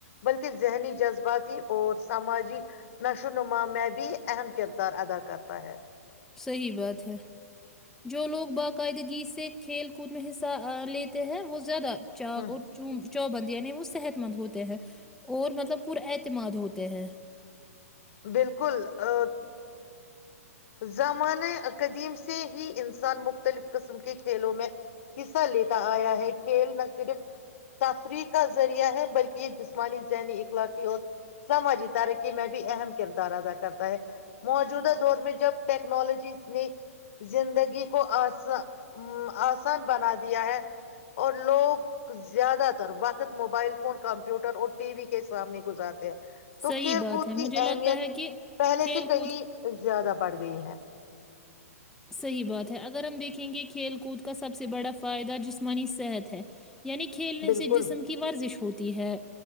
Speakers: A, on the left; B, in the centre.
A: بلکہ ذہنی جذباتی اور سماجی نشو و نما میں بھی اہم کردار ادا کرتا ہے
B: صحیح بات ہے جو لوگ باقاعدگی سے کھیل کود میں حصہ لیتے ہیں وہ زیادہ چااک
A: ہوں،
B: اور چب چوبند یعنی وہ صحت مند ہوتے ہیں اور مطلب پرا اعتماد ہوتے ہیں
A: بالکل ا زامانۂ قدیم سے ہی انسان مختلف قسم کے کھیلوں میں حصہ لیتا آیا ہے کھیل نہ صرف تفریح کا ذریعہ ہے بلکہ یہ جسمانی ذنی اخلاقی ہو سماجی ترکی میں بھی اہم کردار ادا کرتا موجودہ دور میں جب ٹیکنالوجی نے زندگی کو آس آسان بنا دیا ہے اور لوگ زیادہ تر وقت موبائل فون کمپیوٹر اور ٹی وی کے سامنے گزارتے ہیں تو
B: صحیح
A: کھیل
B: بات
A: کود
B: ہے
A: کی
B: مجھے
A: اہمیت
B: لگتا ہے کہ
A: پہلے
B: کھیل
A: سے کہیں
B: کود
A: زیادہ بڑ گئی ہے
B: صحیح بات ہے اگر ہم دیکھیں گے کھیل کود کا سب سے بڑا فائدہ جسما مانی صحت ہے یعنی کھیلنے
A: بالکل
B: سے جسم کی ورزش ہوتی ہے